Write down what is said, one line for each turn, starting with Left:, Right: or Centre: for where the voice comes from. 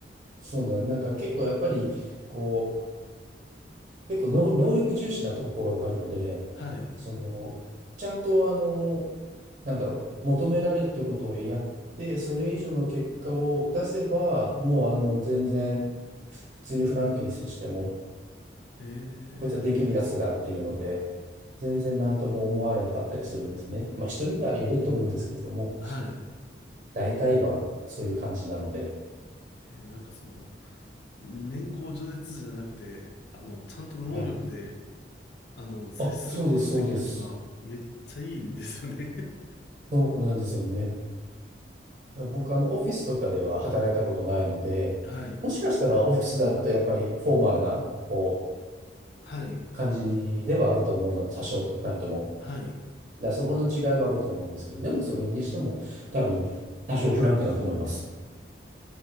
Right: そうなん、なんか結構やっぱり、こう、結構能能力重視なところがあるので、
Left: <laughs> はい。
Right: その、ちゃんとあの、なんだろう、求められるってことをやって、それ以上の結果を出せば、もうあの、全然、普通にフランクに接しても、
Left: ええ、
Right: こいつはできるやつだっていうので、全然何とも思われなかったりするんですね。まあ人にはよると思うんですけれども、
Left: はい。
Right: 大体はそういう感じなので、
Left: えーなんかその、年功序列じゃなくて、あの、ちゃんと能力で、
Right: はい。
Left: あの、接することができるっていうのは、
Right: あ、そうです、そうです。
Left: めっちゃいいんですよね。<laughs>
Right: そうなんですよね。だから僕、あの、オフィスとかでは働いたことないので、
Left: はい。
Right: もしかしたらオフィスだとやっぱりフォーマルな、こう、
Left: はい。
Right: 感じではあると思うので、多少なりとも。
Left: はい。
Right: だからそこの違いはあると思うんですけど、でもそれにしても多分多少フランクだと思います。